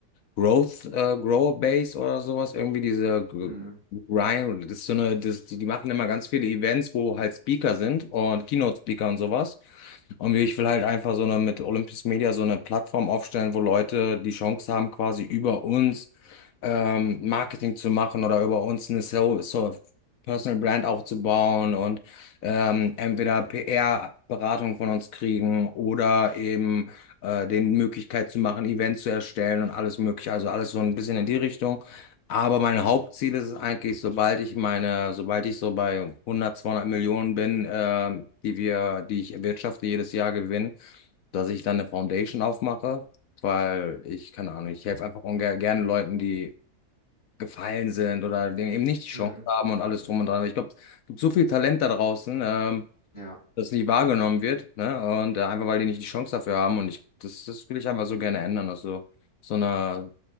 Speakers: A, on the left; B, on the left.
A: äh, Growth, äh, Grow Base oder sowas, irgendwie diese
B: Hm,
A: Ryan, das ist so eine, das, die die machen immer ganz viele Events, wo halt Speaker sind und Keynote-Speaker und sowas. Und ich will halt einfach so eine mit Olympus Media so eine Plattform aufstellen, wo Leute die Chance haben, quasi über uns ähm, Marketing zu machen oder über uns eine so, so Personal Brand aufzubauen und ähm, entweder PR-Beratung von uns kriegen oder eben äh, den Möglichkeit zu machen, Events zu erstellen und alles Mögliche. Also alles so ein bisschen in die Richtung. Aber mein Hauptziel ist es eigentlich, sobald ich meine, sobald ich so bei hundert, zweihundert Millionen bin, ähm, die wir, die ich erwirtschafte jedes Jahr gewinne, dass ich dann eine Foundation aufmache, weil ich, keine Ahnung, ich helfe einfach ungern, gerne Leuten, die gefallen sind oder denen eben nicht die Chance
B: hm.
A: haben und alles drum und dran. Ich glaube, es gibt so viel Talent da draußen, ähm,
B: Ja,
A: das nicht wahrgenommen wird, ne? Und äh, einfach, weil die nicht die Chance dafür haben und ich, das, das will ich einfach so gerne ändern, dass so, so eine